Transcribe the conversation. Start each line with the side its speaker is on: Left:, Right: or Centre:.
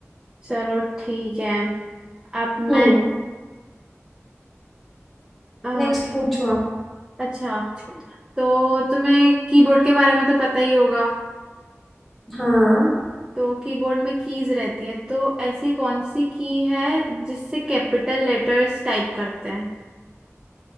Right: चलो ठीक है अब मैं
Centre: हम्म
Right: अ,
Centre: नेक्स्ट पूछो आप
Right: अच्छा तो तुम्हें कीबोर्ड के बारे में तो पता ही होगा
Centre: हाँ
Right: तो कीबोर्ड में कीज रहती हैं तो ऐसी कौन सी की है जिससे कैपिटल लेटर्स टाइप करते हैं